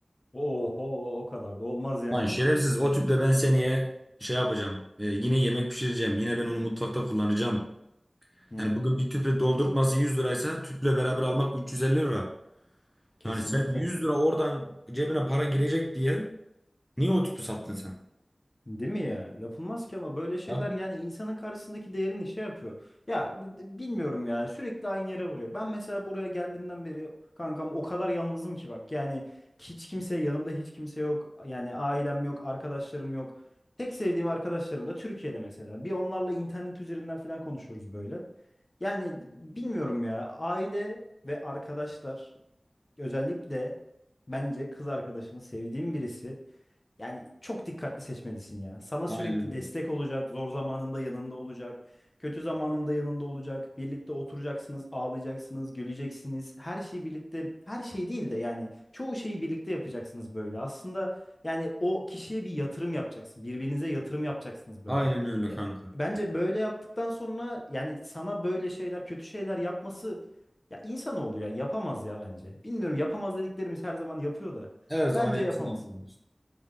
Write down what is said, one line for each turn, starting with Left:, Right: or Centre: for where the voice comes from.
Left: Oho o kadar da olmaz yani
Centre: Lan şerefsiz
Left: ya.
Centre: o tüple ben seneye şey yapacağım. Ee, yine yemek pişireceğim. Yine ben onu mutfakta kullanacağım.
Left: Hı hı.
Centre: Yani bugün bir tüpü doldurtması 100 liraysa tüple beraber almak 350 lira.
Left: Kesinlikle.
Centre: Yani sen 100 lira oradan cebine para girecek diye niye o tüpü sattın sen?
Left: Değil mi ya? Yapılmaz ki ama böyle şeyler
Centre: Yap.
Left: yani insanın karşısındaki değerini şey yapıyor. Ya d- bilmiyorum ya sürekli aynı yere varıyor. Ben mesela buraya geldiğimden beri kankam o kadar yalnızım ki bak. Yani hiç kimse yanımda hiç kimse yok. Yani ailem yok, arkadaşlarım yok. Tek sevdiğim arkadaşlarım da Türkiye'de mesela. Bir onlarla internet üzerinden falan konuşuyoruz böyle. Yani d- bilmiyorum ya aile ve arkadaşlar Özellikle bence kız arkadaşını sevdiğim birisi yani çok dikkatli seçmelisin ya. Sana
Centre: Aynen
Left: sürekli
Centre: öyle.
Left: destek olacak, zor zamanında yanında olacak, kötü zamanında yanında olacak. Birlikte oturacaksınız, ağlayacaksınız, güleceksiniz. Her şeyi birlikte, her şey değil de yani çoğu şeyi birlikte yapacaksınız böyle. Aslında yani o kişiye bir yatırım yapacaksın. Birbirinize yatırım yapacaksınız böyle.
Centre: Aynen öyle
Left: Ya,
Centre: kanka.
Left: Bence böyle yaptıktan sonra yani sana böyle şeyler, kötü şeyler yapması ya insan oluyor ya yapamaz ya bence. Bilmiyorum yapamaz dediklerimiz her zaman yapıyor da
Centre: Her zaman
Left: bence
Centre: hepsini
Left: yapamaz.
Centre: yapıyoruz.